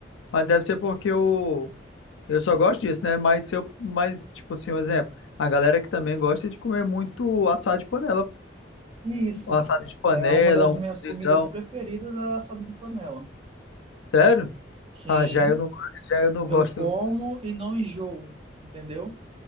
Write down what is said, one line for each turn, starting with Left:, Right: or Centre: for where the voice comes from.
Left: mas deve ser porque eu, eu só gosto disso, né? Mas se eu, mas, tipo assim, um exemplo, a galera que também gosta de comer muito assado de panela,
Right: E isso
Left: Um assado de panela,
Right: é uma das
Left: um
Right: minhas
Left: cozidão.
Right: comidas preferidas, é assado de panela.
Left: Sério?
Right: Sim,
Left: Ah, já eu não, já eu não
Right: eu
Left: gosto.
Right: como e não enjoo, entendeu?